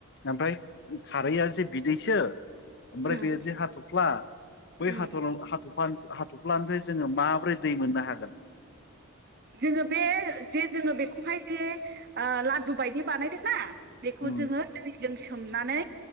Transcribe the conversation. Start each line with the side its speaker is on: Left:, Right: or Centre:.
Left: ओमफ्राय खारैआ जे बिदैसो ओमफ्राय
Right: उम
Left: बे जे हाथ'फ्ला बै
Right: उम
Left: हाथ'ल -हाथ'फ्ला- हाथ'फ्लानिफ्राय जोङो माब्रै दै मोननो हागोन?
Right: जोङो बे जे जोङो बेखौहाय जे ओ लादु बायदि बानायदोंना? बेखौ
Left: उम
Right: जोङो दैजों सोमनानै